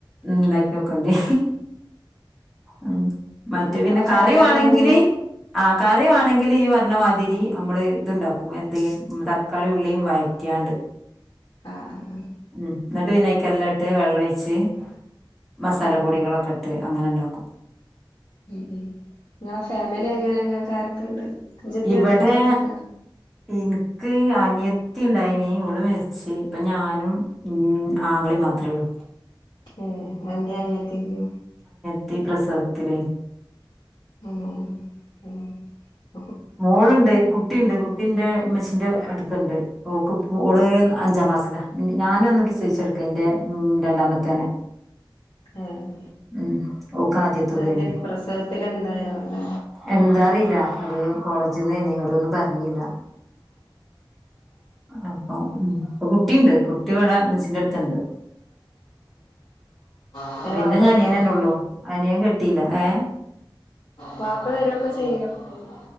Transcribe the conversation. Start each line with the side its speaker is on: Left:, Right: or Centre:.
Centre: ഉം ഇണ്ടാക്കി നോക്കണ്ടേ ഉം മറ്റേ
Left: ഇങ്ങളെ
Centre: പിന്നെ കറിവാണെങ്കില്
Left: ഫാമിലി എങ്ങനെ
Centre: ആ കറിവാണെങ്കിൽ ഈ പറ പറിണമാതിരി നമ്മള് ഇത്ണ്ടാക്കും എന്ത് തക്കാളി ഉള്ളിയും വഴറ്റ്യാണ്ട്
Left: ആഹ് ആ
Centre: ഉം എന്നിട്ട് പിന്നെ അയക്ക് എല്ലാം ഇട്ട് വെള്ളം ഒഴിച്ച് മസാലപ്പൊടികളൊക്കെ
Left: ഉം ഉം ഉം
Centre: ഇട്ട് അങ്ങനെ ണ്ടാക്കും
Left: ഉം ഉം ങ്ങളെ ഫാമിലി എങ്ങനെ ഇങ്ങക്കാരൊക്കെണ്ട്? അഞ്ചത്തി
Centre: ഇവടെ
Left: ഏട്ടത്തിയാളൊക്കെണ്ടോ
Centre: ഇൻക്ക് അനിയത്തി ഇണ്ടായിനി മരിച്ച് ഇപ്പ ഞാനും ഉം ആങ്ങളേ മാത്രമേ ഉള്ളു
Left: ഏ എന്ത്യോനിയത്തിക്ക്?
Centre: ത്തി പ്രസവത്തിലെ
Left: ആ ഉ
Centre: മോള്ണ്ട് കുട്ടിണ്ട് കു ന്റെമ്മെച്ചീന്റെടുത്തുണ്ട്! ഓക്ക്പ്പോ ഓൾ അഞ്ചാം ക്ലാസ്സിലാ ഞാനും അന്ന് പ്രസവിച്ചേട് <unintelligible> ഉം രണ്ടാമത്തേനെ
Left: ഏഹ്
Centre: ഉം ഓക് ആദ്യത്തെതേയ്ന്ന്
Left: അന്റെ പ്രസവത്തില് എന്തായോ അവിടെ
Centre: എന്താറിയില്ല ല്ല അത് കോളേജിൽ നിന്നെനി അവരൊന്നും പറഞ്ഞില്ല. അപ്പം ഉ ഇപ്പൊ കുട്ടിയുണ്ട് കുട്ടിവടെ ഉമ്മച്ചിന്റെ അടുത്ത് ത്തുണ്ട്
Left: അന്റെ
Centre: പിന്നെ
Left: വാപ്പ
Centre: അനിയനന്നെള്ളൂ
Left: വരലൊക്കെ
Centre: അനിയൻ കെട്ടീല്ല. ഏ
Left: വാപ്പ വരൊക്കെ <unintelligible>